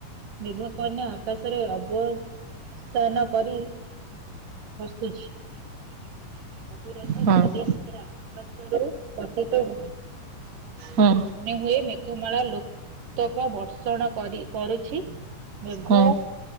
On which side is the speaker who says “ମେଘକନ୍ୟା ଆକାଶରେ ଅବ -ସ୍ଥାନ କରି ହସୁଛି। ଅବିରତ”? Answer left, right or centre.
Right